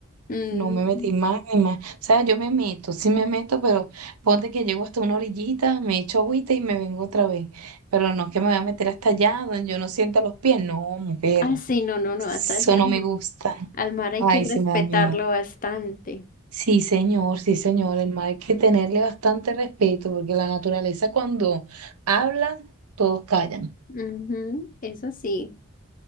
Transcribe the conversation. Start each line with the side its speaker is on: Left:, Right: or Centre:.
Left: Mm.
Right: No me metí más ni más. O sea, yo me meto, sí me meto, pero ponte que llego hasta una orillita, me echo agüita y me vengo otra vez. Pero no es que me voy a meter hasta allá donde yo no sienta los pies. No, mujer,
Left: Ah, sí, no, no, no,
Right: eso
Left: hasta allá
Right: no
Left: no.
Right: me gusta.
Left: Al mar hay
Right: Ay,
Left: que respetarlo
Right: sí me da miedo.
Left: bastante.
Right: Sí, señor, sí, señor. El mar hay que tenerle bastante respeto porque la naturaleza cuando habla, todos callan.
Left: Ujú, eso sí.